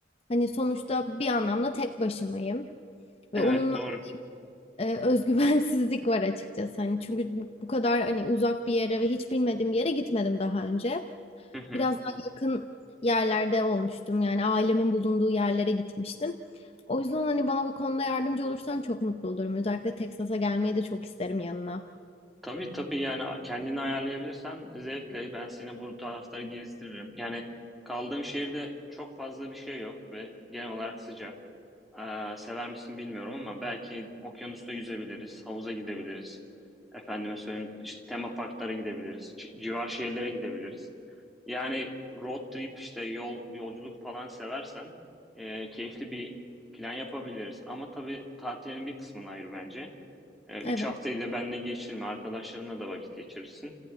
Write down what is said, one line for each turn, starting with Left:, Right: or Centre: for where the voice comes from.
Left: hani sonuçta bir anlamda tek başımayım.
Centre: Evet
Left: Ve onun
Centre: doğru.
Left: e, <laughs> özgüvensizlik var açıkçası. Hani çünkü bu bu kadar hani uzak bir yere ve hiç bilmediğim bir yere gitmedim daha önce.
Centre: Hı hı.
Left: Biraz daha yakın yerlerde olmuştum. Yani ailemin bulunduğu yerlere gitmiştim. O yüzden hani bana bu konuda yardımcı olursan çok mutlu olurum. Özellikle Texas'a gelmeyi de çok isterim yanına.
Centre: Tabii tabii yani kendini ayarlayabilirsen zevkle ben seni bu tarafları gezdiririm. Yani kaldığım şehirde çok fazla bir şey yok ve genel olarak sıcak. Ee, sever misin bilmiyorum ama belki okyanusta yüzebiliriz, havuza gidebiliriz. Efendime söyleyeyim işte tema parklara gidebiliriz, ci- civar şehirlere gidebiliriz. Yani road trip işte yol yolculuk falan seversen e, keyifli bir plan yapabiliriz. Ama tabii tatilin bir kısmını ayır bence. Ee, Üç
Left: Evet,
Centre: haftayı da benle geçirme. Arkadaşlarınla da vakit geçirirsin.